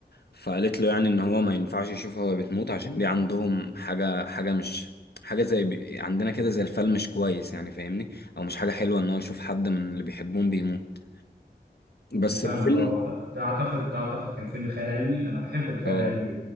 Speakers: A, on the left; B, on the right.
A: فقالت له يعني ان هو ما ينفعش يشوفها وهي بتموت عشان دي عندهم حاجة حاجة مش حاجة زي بي... عندنا كده زي الفيلم مش كويس يعني فاهمني او مش حاجة حلوة ان هو يشوف حد من اللي بيحبهم بيموت بس
B: انا فاهمك
A: الفيلم
B: اه هو ده ده اعتقد ده اعتقد كان فيلم خيال علمي انا بحب الخيال
A: اه
B: العلمي